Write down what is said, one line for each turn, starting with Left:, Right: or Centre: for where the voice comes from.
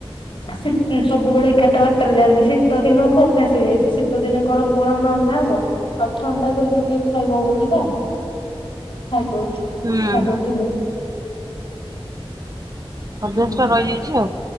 Left: ଆସିତି ସବୁବେଳେ ଏଗାଟା ବଟାରେ ଯାଆନ୍ତି ଶୀତ ଦିନଠୁ ଅଭ୍ୟାସ ହେଇଯାଇଛି। ଶୀତ ଦିନ ଗରମ ଗରମ ରନ୍ଧା ହବ। ଆଉ ଥଣ୍ଡା କରିିକି କିଏ କିଏ ଖାଇବ ବୋଲିକା। ଖାଇଦଉଛୁ।
Right: ହୁଁ ହୁଁ
Left: ଖାଇଦଉଥିଲୁ।
Right: ଅଭ୍ୟାସ
Left: ହୁଁ
Right: ଟା ରହିଯାଇଛି ଆଉ।